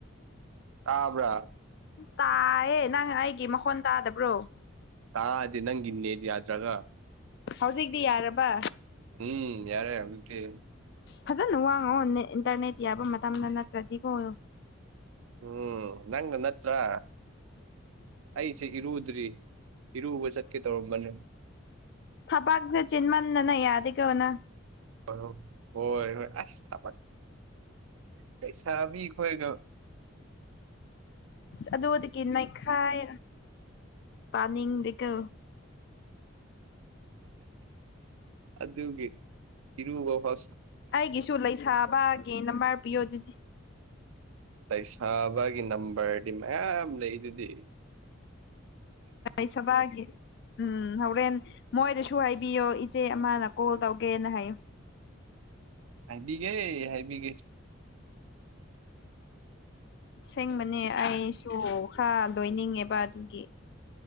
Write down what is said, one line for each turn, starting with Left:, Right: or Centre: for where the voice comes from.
Right: ꯇꯥꯕ꯭ꯔꯥ
Left: ꯇꯥꯏꯌꯦ ꯅꯪ ꯑꯩꯒꯤ ꯃꯈꯣꯟ ꯇꯥꯗꯕ꯭ꯔꯣ
Right: ꯇꯥꯗꯤ ꯅꯪꯒꯤꯅꯦ ꯌꯥꯗ꯭ꯔꯒ
Left: ꯍꯧꯖꯤꯛꯇꯤ ꯌꯥꯔꯕ
Right: ꯎꯝ ꯌꯥꯔꯦ ꯍꯧꯛꯇ
Left: ꯐꯖꯅ ꯋꯥꯡꯉꯣ ꯏꯟꯇꯔꯅꯦꯠ ꯌꯥꯕ ꯃꯇꯝꯗ ꯅꯠꯇ꯭ꯔꯗꯤ ꯀꯣ ꯑꯣꯏꯌꯣ
Right: ꯎꯝ ꯅꯪ ꯅꯪ ꯅꯠꯇ ꯑꯩꯁꯦ ꯏꯔꯨꯗ꯭ꯔꯤ ꯏꯔꯨꯕ ꯆꯠꯀꯦ ꯇꯧꯔꯝꯕꯅꯦ
Left: ꯊꯄꯥꯛꯛꯁꯦ ꯆꯤꯟ ꯃꯥꯟꯅꯅ ꯌꯥꯗ ꯀꯧꯅ
Right: ꯍꯂꯣ ꯍꯣꯏ ꯍꯣꯏ ꯑꯁ ꯊꯕ ꯄꯩꯁꯥꯕꯤꯛ ꯍꯣꯏꯒ <inaudible>
Left: ꯑ ꯑꯗꯨꯗꯒꯤ ꯅꯩꯈꯥꯏ ꯄꯥꯅꯤꯡꯗꯤꯀ
Right: ꯑꯗꯨꯒꯤ ꯏꯔꯨꯕ ꯍ
Left: ꯑꯩꯒꯤꯁꯨ ꯂꯩꯁꯥꯕꯒꯤ ꯅꯝꯕꯔ ꯄꯤꯌꯣ ꯑꯗꯨꯗꯤ
Right: ꯂꯩꯁꯥꯕꯒꯤ ꯅꯝꯕꯔꯗꯤ ꯃꯌꯥꯝ ꯂꯩ ꯑꯗꯨꯗꯤ
Left: ꯏꯁꯕꯦ ꯎꯝ ꯍꯣꯔꯦꯟ ꯃꯣꯏꯗꯁꯨ ꯍꯥꯏꯕꯤꯌꯣ ꯏꯆꯦ ꯑꯃꯅ ꯀꯣꯜ ꯇꯧꯒꯦꯅ ꯍꯥꯏꯌꯨ
Right: ꯍꯥꯏꯕꯤꯒꯦ ꯍꯥꯏꯕꯤꯒꯦ
Left: ꯑꯁꯦꯡꯕꯅꯦ ꯑꯩꯁꯨ ꯈꯔ ꯂꯣꯏꯅꯤꯡꯉꯦꯕ ꯑꯗꯨꯒꯤ